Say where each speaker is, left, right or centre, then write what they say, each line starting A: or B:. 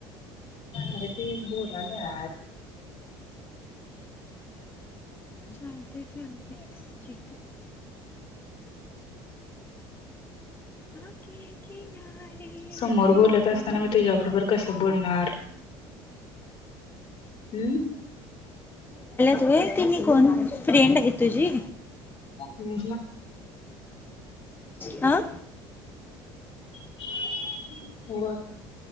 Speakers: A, on the left; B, on the left.
A: अरे ते बोलले आहात
B: चालते चालते ठीक आहे <inaudible> किनारे
A: समोर
B: बैठे
A: बोलत असताना
B: हम
A: मी तुझ्याबरोबर कसं बोलणार अम
B: होय की कोण हाय फ्रेंड ये तुझी?
A: हम्म हम्म. <inaudible>
B: हा
A: <inaudible> हो